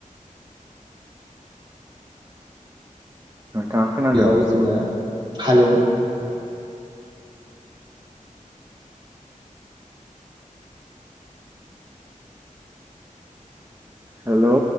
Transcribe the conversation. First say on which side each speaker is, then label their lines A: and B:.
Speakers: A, on the right; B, on the right.
A: नोंथाङा खोनादों?
B: बेयाव जोङो हालेव
A: हेल'।